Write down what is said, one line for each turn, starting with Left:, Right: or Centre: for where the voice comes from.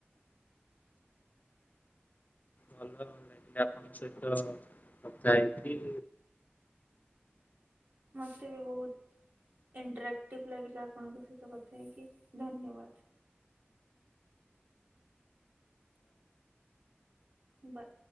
Left: ଭଲ ଲାଗିଲା ଆପଣଙ୍କ ସହିତ କଥା ହେଇକି।
Right: ମତେ ବି ବହୁତ ଇଣ୍ଟରାକ୍ଟିଭ ଲାଗିଲା ଆପଣଙ୍କ ସହିତ କଥା ହେଇକି ଧନ୍ୟବାଦ। ବାଏ।